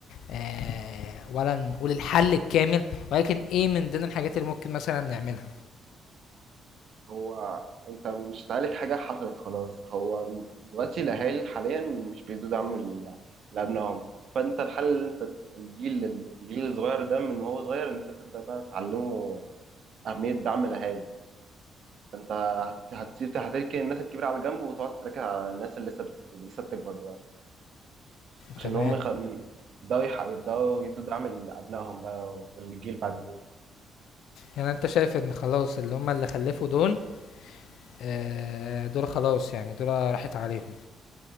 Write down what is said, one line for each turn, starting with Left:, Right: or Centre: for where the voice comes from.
Left: آه، ولا نقول الحل الكامل ولكن ايه من ضمن الحاجات اللي ممكن مثلا نعملها
Right: هو انت مش هتعالج حاجه حصلت خلاص هو دلوقتي الاهالي حاليا مش بيدوا دعم ل- لابنائهم فانت الحل اللي انت الجيل الجيل الصغير ده من هو صغير ان انت تبدا بقى تعلمه اهميه دعم الاهالي فانت هت- هتسيب هتركن الناس الكبيره على جنب وتقعد تركز على الناس اللي لسه بت- لسه بتكبر دلوقتي عشان
Left: تمام
Right: هم يخ- يبداوا يح- يبداوا يدوا دعم لابنائهم بقى والجيل بعد الجيل
Left: يعني انت شايف ان خلاص اللي هم اللي خلفوا دول آه، دول خلاص يعني دول راحت عليهم